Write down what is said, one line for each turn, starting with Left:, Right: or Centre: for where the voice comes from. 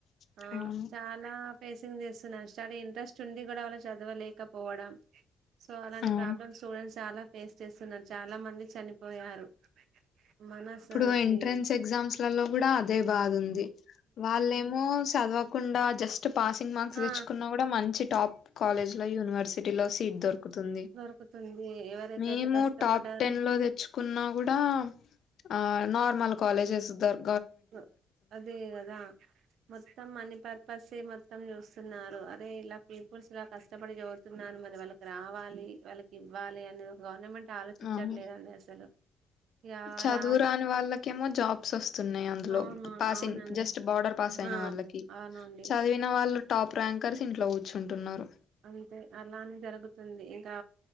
Left: అవును
Right: ఆ చాలా పెట్ మెసేజ్లు చేస్తున్నారు చానా ఇంట్రెస్ట్ ఉండి కూడా వాళ్ళు చదవలేక కోవడం సో అలాంటి
Left: అవును
Right: ప్రాబ్లమ్స్ స్టూడెంట్స్ చాలా పేస్ చేస్తున్నారు చాలా మంది చనిపోయారు మనసకి
Left: ఇప్పుడు ఎంట్రెన్స్ ఎగ్జామ్స్ లలో కూడా అదే బాధ ఉంది వాళ్ళేమో చదవకుండా జస్ట్ పాసింగ్ మార్క్స్
Right: ఆ
Left: తెచ్చుకున్నా కూడా మంచి టాప్ కాలేజ్ లో యూనివర్సి సిటీలో సీట్ దొరుకుతుంది
Right: దొరుకుతుంది ఎవరికైతే
Left: మేము
Right: కష్టపడ్డారో
Left: టాప్ టెన్ లో తెచ్చుకున్నా కూడా ఆ నార్మల్ కాలేజెస్ దొర్
Right: ఆ అదే కదా మొత్తం మని పర్పస్సె మో నరకం చూస్తున్నారు అదే ఇలా పీపుల్స్ ఇలా కష్టపడి చదుతున్నారు మరి వాళ్ళకి రావాలి వాళ్ళకి ఇవ్వాలి అనేది ఒక గవర్నమెంట్ ఆలోచించట్లేదండి
Left: అవును
Right: అసలు ఇక
Left: చదువు
Right: రాక
Left: రాని వాళ్ళకేమో జాబ్స్ వస్తున్నాయి న్నాయి అందులో
Right: అవును
Left: పాసింగ్
Right: అవునండి
Left: జస్ట్ బార్డర్ పాస్ అయిన
Right: ఆ
Left: వాళ్ళకి
Right: అవునండి
Left: చదివిన వాళ్ళు టాప్ ర్యాంకర్స్ ఇంట్లో కూర్చుంటున్నారు
Right: అంతే అలానే జరుగుతుంది ఇంకా